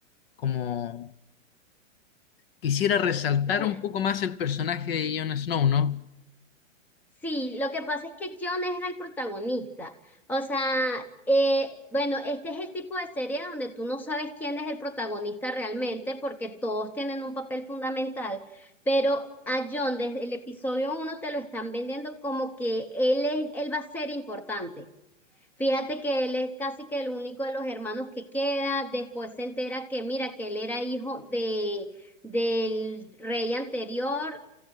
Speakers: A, on the left; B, in the centre.
A: como... Quisiera resaltar
B: O sea,
A: un poco más el personaje de Jon Snow, ¿no?
B: sí, lo que pasa es que John era el protagonista. O sea, eh, bueno, este es el tipo de serie donde tú no sabes quién es el protagonista realmente porque todos tienen un papel fundamental. Pero a John desde el episodio uno te lo están vendiendo como que él es, él va a ser importante. Fíjate que él es casi que el único de los hermanos que queda. Después se entera que, mira, que él era hijo de, del rey anterior